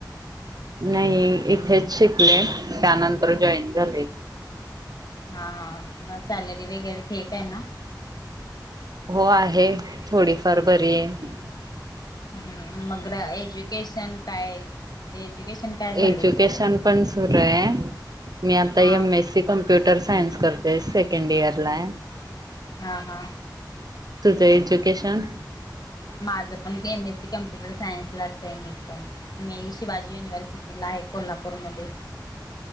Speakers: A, on the right; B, on the left.
A: नाही -इथे. शिकले. त्यानंतर जॉईन झाले.
B: हा हा. म सॅलरी वगैरे ठीक आहे ना?
A: हो आहे. थोडीफार बरी आहे.
B: हम्. मग एज्युकेशन काय? म्हणजे एज्युकेशन काय झालंय
A: एज्युकेशन
B: तुझं?
A: पण सुरु आहे. मी आता
B: हा
A: M S C computer science करतेए. सेकंड इयर ला आहे.
B: हा हा.
A: तुझं एज्युकेशन?
B: माझ पण. एम एस सी कम्प्युटर सायन्सलाच आहे मी पण. म- शिवाजी युनिव्हर्सिटीला आहे कोल्हापूरमध्ये.